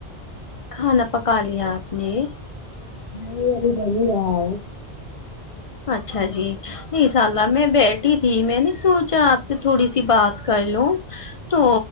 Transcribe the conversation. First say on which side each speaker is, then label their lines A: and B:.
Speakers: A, on the left; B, on the left.
A: کھانا پکا لیا آپ نے
B: نہیں ابھی بن ہی رہا ہے
A: اچھا جی نہیںشاء اللہ میں بیٹھی تھی میں نے سوچا آپ سے تھوڑی سی بات کر لوں تو